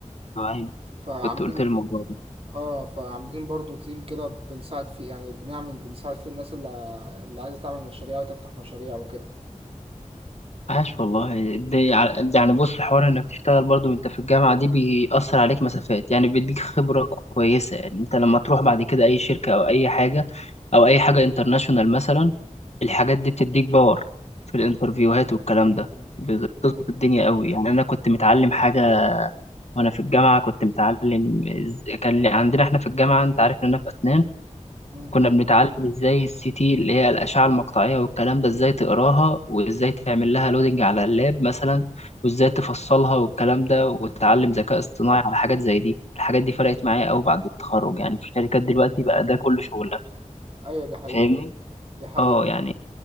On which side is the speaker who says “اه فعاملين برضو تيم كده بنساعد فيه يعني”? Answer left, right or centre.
Right